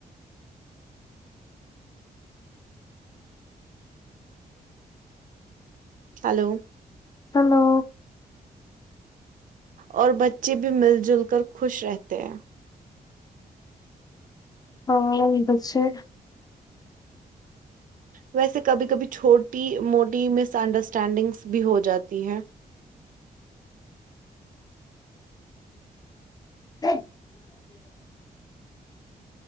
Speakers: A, on the right; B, on the left.
A: ہلو
B: ہلو
A: اور بچے بھی مل جل کر خوش رہتے ہیں
B: ہاں پچے
A: ویسے کبھی کبھی چھوٹی موٹی مس انڈرسٹینڈنگس بھی ہو جاتی ہیں
B: <unintelligible>